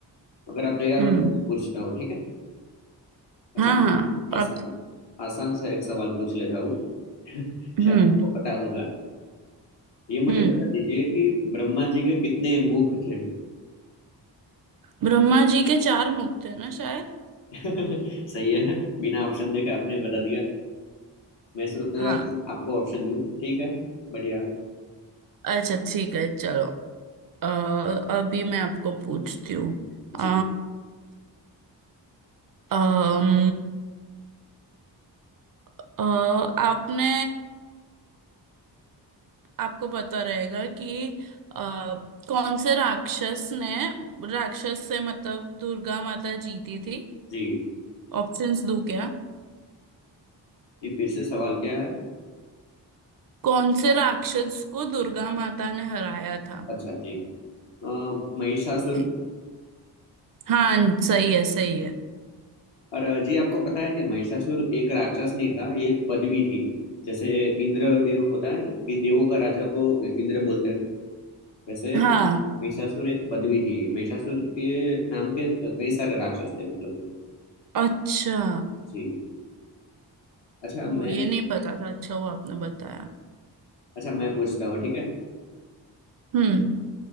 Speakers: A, on the left; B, on the right.
A: अगर आप तैयार
B: हम्म
A: हो तो पूछता हो ठीक है अच्छा
B: हाँ हाँ
A: आसान
B: आप
A: आसान सा एक सवाल पूछ लेता हूँ <laughs>
B: हम्म
A: शायद आपको पता होगा ये मुझे
B: हम्म
A: बता दीजिए कि ब्रह्मा जी के कितने मुख थे
B: ब्रह्मा जी के चार मुख थे ना शायद
A: <laughs> सही है बिना ऑप्शन देखे आपने बता दिया मैं सोच रहा
B: हाँ
A: था आपको ऑप्शन दूं ठीक है बढ़िया
B: अच्छा ठीक है चलो अ, अभी मैं आपको पूछती हूँ
A: जी
B: अ, अम, अ, आपने आपको पता रहेगा कि आ, कौन से राक्षस ने राक्षस से मतलब दुर्गा माता जीती थी
A: जी
B: ऑप्शंस दूं क्या
A: जी फिर से सवाल क्या है
B: कौन से राक्षस को दुर्गा माता ने हराया था
A: अच्छा जी अ, महिषासुर
B: जी। हाँ सही है सही है
A: और अ, जी आपको पता है कि महिषासुर एक राक्षस नहीं था ये एक पदवी थी जैसे इंद्र देव होता है ना कि देवों का राजा को इंद्र बोलते हैं वैसे
B: हाँ
A: महिषासुर एक पदवी थी महिषासुर के नाम के कई सारे राक्षस थे मतलब में।
B: अच्छा
A: जी अच्छा मैं
B: ओ ये नहीं पता था अच्छा वो आपने बताया
A: अच्छा मैं पूछता हूँ ठीक है
B: हम्म